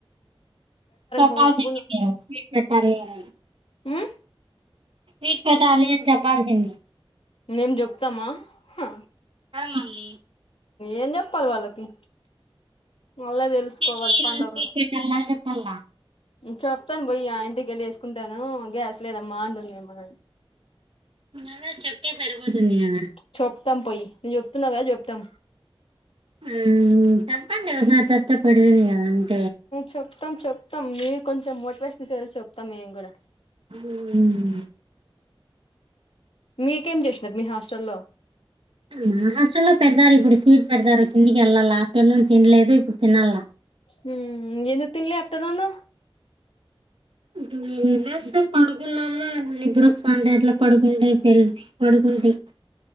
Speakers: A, on the right (about 65°); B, on the left (about 70°).
A: చెప్పాల్సింది
B: హోప్స్
A: మీరు స్వీట్ పెట్టాలి అని
B: ఉ
A: స్వీట్ పెట్టాలి అని చెప్పాల్సింది
B: మేం చెప్తామా హా
A: కాదు మళ్ళీ
B: ఏం చెప్పాలి వాళ్ళకి వాళ్ళే తెలుసుకోవాలి
A: జస్ట్
B: పండరు
A: స్వీట్ పెట్టాల అని చెప్పాల
B: చెప్తాను పోయి ఇంటికి వెళ్ళి వేసుకుంటాను గ్యాస్ లేదమ్మా ఉంటుంది మ
A: అదే చెప్తే సరిపోతుంది కదా
B: చోపతాం పోయి నువ్వు చెప్తున్నావ్ కదా చెప్తాం
A: ఉ తప్పదు కదా <unintelligible>
B: చెప్తాం చెప్తాం మీరు కొంచెం మోటివేషన్సయల్ చెప్తాం మేము కూడా
A: మ్మ్
B: మీకేం చేసినరు మీ హాస్టల్లో
A: మా హాస్టల్లో పెడతారు ఇప్పుడు స్వీట్ పెడతారు కిందికి వెళ్ళాలా ఆఫ్టర్నూన్ తినలేదు ఇప్పుడు తినల్ల
B: మ్మ్ ఎందుకు తిన్ల ఆఫ్టర్నూన్
A: తినేసి పనుకుందామా నిద్రొస్తుంటే అట్లా పడుకుంటా సెల్ పడుకుంటాయి